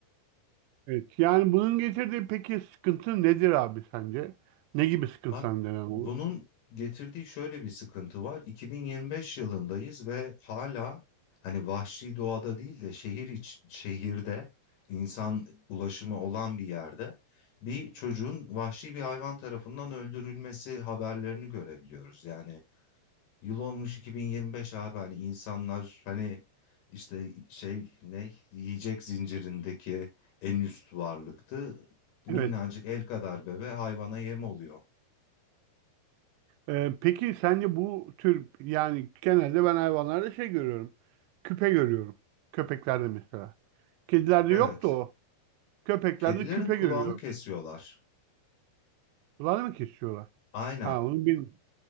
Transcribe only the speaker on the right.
Evet. Yani bunun getirdiği peki sıkıntı nedir abi sence? Ne gibi sıkıntılar
neden olur?
Evet.
Ee, peki sence bu tür yani genelde ben hayvanlarda şey görüyorum. Küpe görüyorum. Köpeklerde mesela. Kedilerde
yoktu o. Köpeklerde
küpe
görüyorum.
Kulağını mı kesiyorlar?
Ha onu bilmiyorum.